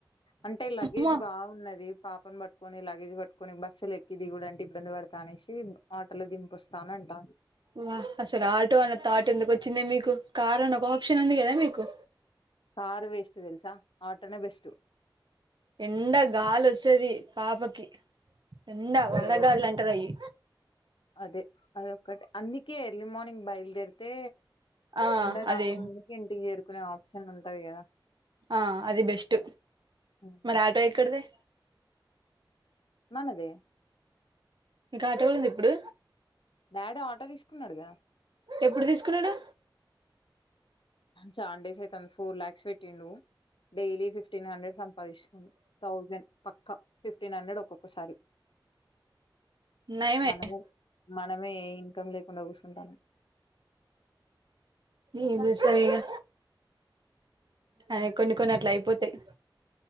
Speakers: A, on the left (about 80°); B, on the right (about 65°).
A: అంటే లగేజ్
B: అమ్మా
A: బాగున్నది పాపని పట్టుకొని లగేజ్ పట్టుకొని బస్సుల ఎక్కి దిగుడంటే ఇబ్బంది పడతా అనేసి ఆటోలో దింపేస్తానంట
B: వా అసలు ఆటో అన్న థాట్ ఎందుకు వచ్చిందే మీకు కార్ అన్న ఒక ఆప్షన్ ఉంది కదా మీకు
A: కారు వేస్ట్ తెలుసా ఆటోనే బెస్ట్
B: ఎండ గాలి వస్తాది పాపకి ఎండ
A: అదే
B: వడగాలులంటారు
A: ఒక-
B: అయి
A: అదే అదొక్కటి అందుకే ఎర్లీ మార్నింగ్ బయలుదేరితే
B: ఆ
A: ఎండ కాక
B: అది
A: మందుకే ఇంటికి చేరు కునే ఆప్షన్ ఉంటది కదా
B: ఆ అది బెస్ట్
A: ఉమ్.
B: మరి ఆటో ఎక్కడిది
A: మనదే
B: మీకు ఆటో కూడా ఉందా ఇప్పుడు
A: డాడీ ఆటో తీసుకున్నాడు కదా
B: ఎప్పుడు తీసుకున్నాడు
A: చానా డేస్ అయితాంది ఫోర్ లాక్స్ పెట్టిండు నువ్వు డైలీ ఫిఫ్టీన్ హండ్రెడ్ సంపాదిస్తుంది థౌజండ్ పక్కా ఫిఫ్టీన్ హండ్రెడ్ ఒక్కొక్కసారి
B: నయమే
A: మనమే మనమే ఏ ఇంకమ్ లే కుండా కూర్చుంటాను
B: ఏది సరగా అ కొన్ని కొన్ని అట్ల అయిపోతాయి